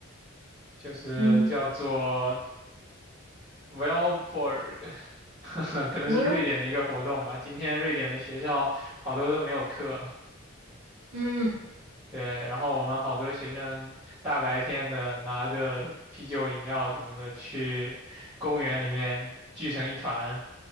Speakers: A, on the right; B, on the right.
A: 就是叫做
B: 嗯，
A: Valborg，<laughs> l 可能是瑞典的一个活动吧。
B: 我有，
A: 今天瑞典的学校好多都没有课，
B: 嗯，
A: 对，然后我们好多学生大白天的拿着啤酒、饮料什么的去公园里面聚成一团，